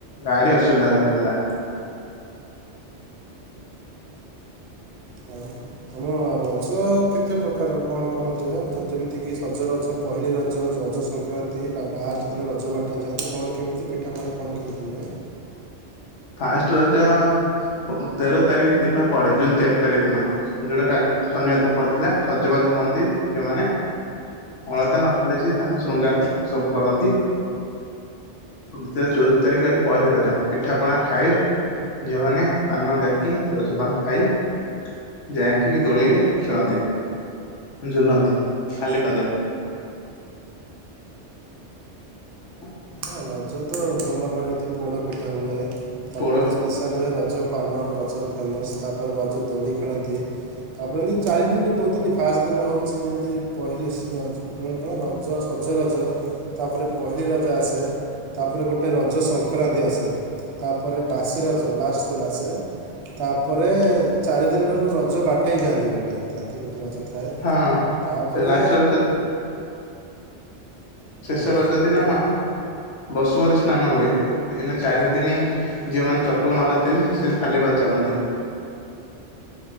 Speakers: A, on the left (about 80°); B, on the right (about 65°).
A: ଗାଡି ଅସୁବିଧା ରେ ହେଲା।
B: ହଉ। ଆମ ରଜ କେତେ ପ୍ରକାର କଣ କଣ ହୁଏ ଯେମିତିକି ସଜ ରଜ ପହିଲି ରଜ ରଜ ସଂଖ ସଂକ୍ରାନ୍ତି ନା ଲାଷ୍ଟ ଦିନ ରଜ ବାଟେଇ ହେଯାଆନ୍ତି କଣ କେମିତି ପିଠାପଣା କଣ କେମିତି ହୁଏ।
A: ଫାଷ୍ଟ ରଜ ପ ତେର ତାରିଖ ଦିନ ପଡେ ଜୁନ ତେର ତାରିଖ ଦିନ। ଯଉଟା କାଲି ଶନିବାର ଦିନ ପଡିଥିଲା ସଜବାଜ ହୁଅନ୍ତି ଝିଅ ମାନେ। ଅଳତା ନଖବାଲିସି ତାଙ୍କ ଶୃଙ୍ଗାର ସବୁ କରନ୍ତି। ତେର ଚଉଦ ତାରିଖ ଆଜି ପହିଲି ରଜ ପିଠା ପଣା ଖାଏ ଝିଅମାନେ ପାନ ଜାକି ରଜ ପାନ ଖାଇ ଚ ଯାଇକି ଦୋଳିରେ ଖେଳନ୍ତି ଝୁଲନ୍ତି ଖାଲି ପାଦରେ। <unintelligible>
B: ନା ରଜ ତ ଭଲ ମାନନ୍ତି ପୋଡ଼ ପିଠା ହୁଏ ତାପରେ
A: ପୋଡ
B: ସ୍ପେସା <unintelligible> ରଜ ପାନ ରଜରେ ଫେମସ୍ ତା ପରେ ରଜ ଦୋଳି ଖେଳନ୍ତି। ତାପରେ ଏମିତି ଚାରି ଦିନ କୁହନ୍ତିନି ଫାଷ୍ଟ ଦିନ ହେଉଛି ଯେମିତି ପହିଲି ସି ରଜ। <unintelligible> ରଜ ସଜ ରଜ ତାପରେ ପହିଲି ରଜ ଆସେ। ତାପରେ ଗୋଟେ ରଜ ସଂକ୍ରାନ୍ତି ଆସେ ତାପରେ ବାସି ରଜ ଲାଷ୍ଟ ଦିନ ଆସେ ହୁଏ ତାପରେ ଚାରିଦିନଠାରୁ ରଜ ବାଟେଇଯାଆନ୍ତି ଗୋଟେ। ଥାନ୍ତି ଗୋଟେ ରଜ ଥାଏ
A: ହଁ
B: ତାପରେ
A: ସେ ଲାଷ୍ଟ ରଜ ଶେଷ
B: ହଁ
A: ରଜ ଦିନ
B: ତ
A: ବସୁମତୀ ସ୍ନାନ ହୁଏ ଏଇନା ଚାରି ଦିନି ଝିଅମାନେ ଚପଲ ମାଡ଼ନ୍ତିନି ସେନ୍ତି ଖାଲି ପା ଚାଲନ୍ତି।